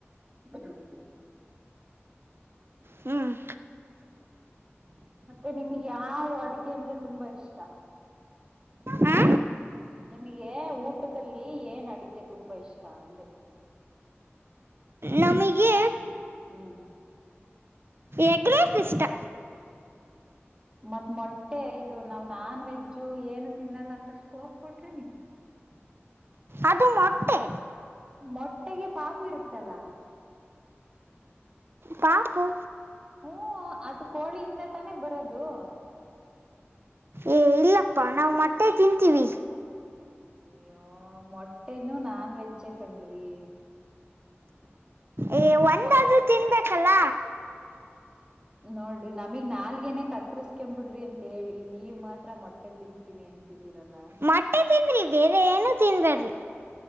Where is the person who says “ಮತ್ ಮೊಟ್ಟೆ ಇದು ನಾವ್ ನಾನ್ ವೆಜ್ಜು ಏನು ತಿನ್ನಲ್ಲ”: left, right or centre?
Right